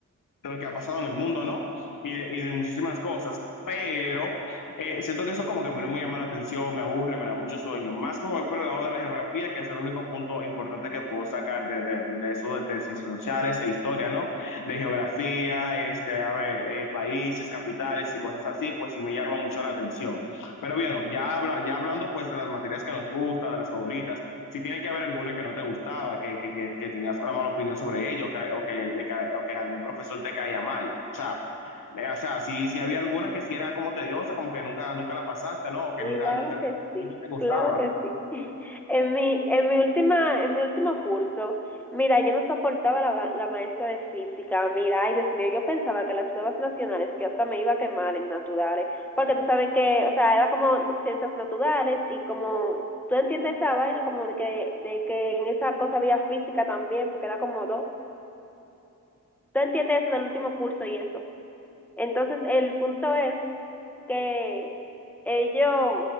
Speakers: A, on the left (about 85°); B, in the centre.
A: de lo que ha pasado en el mundo, ¿no? Y de, y de muchísimas cosas. Pero eh, siento que eso como que a mí no me llama la atención, me aburre, me da mucho sueño. Más me voy por el lado de la geografía, que es el único punto importante que puedo sacar de, de, de eso, de, de ciencias sociales e historia, ¿no? De geografía, este, a ver, eh, países, capitales y cosas así, pues sí me llama mucho la atención. Pero bueno, ya, habla- ya hablando pues de las materias que nos gustan, de las favoritas si tiene que haber alguna que no te gustaba, que, que, que, que tenías una mala opinión sobre ellos, o, que, le cae o que algún profesor te caía mal. O sea, eh, o sea, si, si había alguna que sí era como tediosa, como que nunca, nunca la pasaste, ¿no? O que
B: Claro
A: nunca, nunca,
B: que sí,
A: nunca te gustaba.
B: claro que sí. <laughs> En mi, en mi última, en mi último curso, mira, yo no soportaba la, la maestra de física. Mira, ay Dios mío, yo pensaba que las pruebas nacionales, yo hasta me iba a quemar en naturales, porque tú sabes que, o sea, era como ciencias naturales y como, tú entiendes esa vaina, como de que, de que en esa cosa había física también, porque era como dos. Tú entiendes eso del último curso y eso. Entonces, el punto es que ellos,